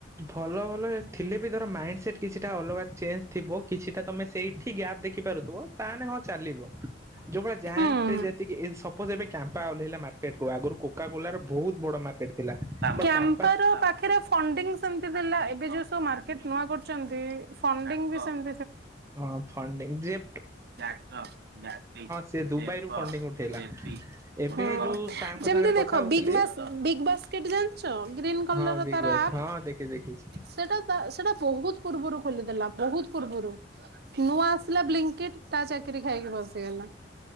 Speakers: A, on the right; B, on the right.
A: ଭଲ ଭଲ ଥିଲେ ବି ଧର ମାଇଣ୍ଡ ସେଟ କିଛିଟା ଅଲଗା ଚେଞ୍ଜ ଥିବ କିଛିଟା ତମେ ସେଇଠି ଗ୍ୟାପ୍ ଦେଖିପାରୁଥିବ ତାହେଲେ ହଁ ଚାଲିବ ଯୋଉଭଳି ଜାଣ୍ଟରେ
B: ହୁଁ।
A: ଯେତିକି ସବୁ ପ ଯେବେ କ୍ୟାମ୍ପା ଓ ଓହ୍ଲେଇଲା ମାର୍କେଟ କୁ ଆଗରୁ କୋକା କୋଲାର ବହୁତ ବଡ ମାର୍କେଟ ଥିଲା ବଟ
B: କ୍ୟାମ୍ପାର
A: କମ୍ପା
B: ପାଖରେ ଫଣ୍ଡିଙ୍ଗ ସେମତି ଥିଲା ଏବେ ଯୋଉ ସବୁେ ନୂଆ କରୁଛନ୍ତ ଫଣିଙ୍ଗ ସେମ
A: ହଁ ଫଣ୍ତି ଯେ
B: ବ୍ୟାଘ୍ର ବ୍ୟାଘ୍ରୀ
A: ସେ ଦୁବାଇରୁ
B: ଦେବ
A: ଫଣ୍ଡିଙ୍ଗ ଉଠେଇଲା।
B: ଦେବୀ
A: ଏବେ
B: ହଁ
A: ଯୋଉ ସାରଙ୍କ
B: ଯେମିତି
A: ସାଙ୍ଗରେ
B: ଦେଖ
A: କଥା ହଉଥିଲି
B: ବିଗନେସ ବିଗବସ୍ କେବେ ଜାଣିଚ ଗ୍ରୀନ କଲର
A: ହଁ ବିଗ୍
B: ତାର
A: ବ୍ୟାଷ୍ଟ
B: ଆପ୍,
A: ହଁ ଦେଖି ଦେଖିଛି
B: ସେଇଟା ବହୁତ ପୂର୍ବରୁ ଖୋଲିଥିଲା ବହୁତ ପୂର୍ବରୁ ନୂଆ ଆସିଲା ବ୍ଲୀଙ୍କିଟ୍ ତା ଚାକିରି ଖାଇକି ବସିଗଲା